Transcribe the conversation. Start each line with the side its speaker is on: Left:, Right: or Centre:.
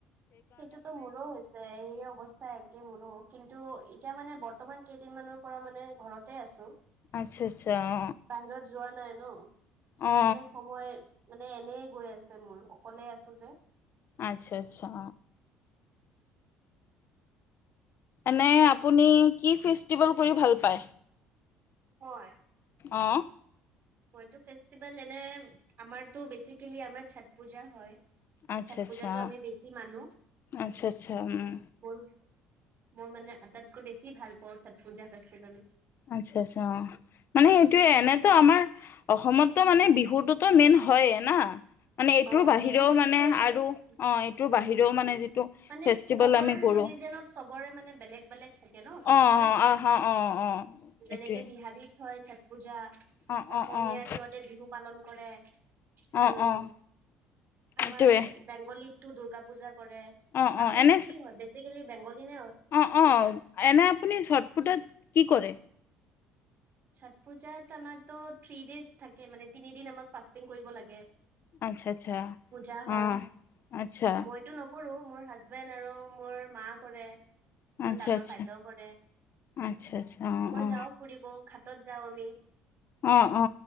Right: সেইটোতো মোৰো হৈছে। এই অৱস্থা একে মোৰো, কিন্তু এতিয়া মানে বৰ্তমান কেইদিনমানৰ পৰা মানে ঘৰতে আছো।
Left: আচ্ছা আচ্ছা অ
Right: বাহিৰত যোৱা নাই ন', সেইকাৰণে
Left: অ
Right: সময় মানে এনে গৈ আছে মোৰ, অকলে আছো যে।
Left: আচ্ছা, আচ্ছা। এনে আপুনি কি ফেষ্টিভেল কৰি ভাল পায়?
Right: মই?
Left: অ'।
Right: মইতো ফেষ্টিভেল এনে, আমাৰতো বেচিকেলি আমাৰ চথ পূজা হয়।
Left: আচ্ছা
Right: চঠ
Left: আচ্ছা
Right: পূজাটো আমি
Left: অ',
Right: বেছি মানো,
Left: আচ্ছা আচ্ছা উম,
Right: বল মোৰ মানে আটাইতকৈ বেছি ভাল পাওঁ চথ পূজা ফেষ্টিভেল।
Left: আচ্ছা আচ্ছা, অ', মানে সেইটোয়ে এনেতো আমাৰ অসমততো মানে বিহুটোতো মেইন হয়েই না। মানে এইটোৰ
Right: অ'
Left: বাহিৰেও
Right: বিহু ফেষ্টিভেল
Left: মানে
Right: হয়,
Left: আৰু অ', এইটোৰ
Right: উ
Left: বাহিৰেও মানে যিটো
Right: মানে
Left: ফেষ্টিভেল
Right: চবৰ
Left: আমি কৰোঁ।
Right: ৰি <unintelligible> চবৰে মানে বেলেগ বেলেগ থাকে ন ফেষ্টিভেল।
Left: অ', অ', আহ অ', অ', অ',
Right: যেনেকে
Left: এইটোৱে
Right: বিহাৰীত হয় ছঠ পূজা।
Left: অ',
Right: অসমীয়াত
Left: অ', অ',
Right: সিহঁতে বিহু পালন কৰে
Left: অ',
Right: আৰু
Left: অ'। সেইটোৱে
Right: আমাৰ বেংগলীতটো দুৰ্গা পূজা কৰে,
Left: অ', অ',
Right: আপুনি
Left: এনে
Right: কি হয় বেছিক <unintelligible> বেংগলী নে
Left: অ',
Right: অসমীয়া?
Left: অ', এনে আপুনি চথ পুজাত কি কৰে?
Right: চথ পুজাত আমাৰ ত থ্ৰী ডেজ থাকে, মানে তিনিদিন আমাক ফাষ্টিং কৰিব লাগে।
Left: আচ্ছা আচ্ছা
Right: পূজা হয়,
Left: অ', আচ্ছা
Right: মইতো ন কৰো মোৰ হাজবেণ্ড আৰু মোৰ মা কৰে মোৰ
Left: আচ্ছা
Right: ডাঙৰ
Left: আচ্ছা
Right: বাইদেউ
Left: আচ্ছা
Right: কৰে
Left: আচ্ছা আচ্ছা অ',
Right: মই
Left: অ'।
Right: যাও ফুৰিব ঘ তত যওঁ মমি
Left: অ অ